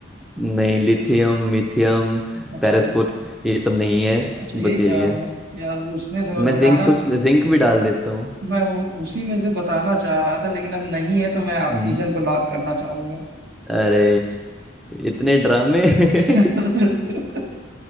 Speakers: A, in the centre; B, on the right.
A: नहीं लिथियम मिथियम
B: अच्छा
A: पैरासफोर ये सब नहीं है
B: अच्छा यही
A: बस यही
B: चार
A: है
B: हैं यार उसमें से मैं
A: मैं
B: बताना
A: जिंक सोच जिंक भी डाल देता हूँ
B: मैं वो उसी में से बताना चाह रहा था लेकिन अब नहीं है तो मैं ऑक्सीजन
A: हम्म।
B: को लॉक करना चाहूंगा
A: अरे इतने ड्रामे <laughs>
B: <laughs>